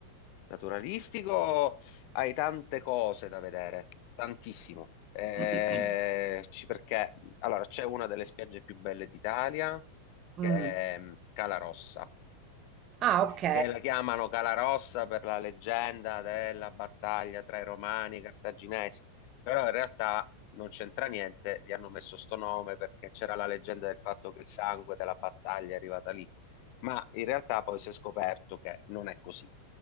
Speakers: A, on the left; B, on the right.
A: naturalistico hai tante cose da vedere, tantissimo. Eh,
B: <clears throat>
A: ci- perché allora c'è una delle spiagge più belle d'Italia che
B: Mm.
A: è mh, Cala Rossa
B: Ah, ok.
A: che la chiamano Calarossa per la leggenda della battaglia tra i romani e i cartaginesi, però in realtà non c'entra niente, gli hanno messo sto nome perché c'era la leggenda del fatto che il sangue della battaglia è arrivata lì, ma in realtà poi si è scoperto che non è così,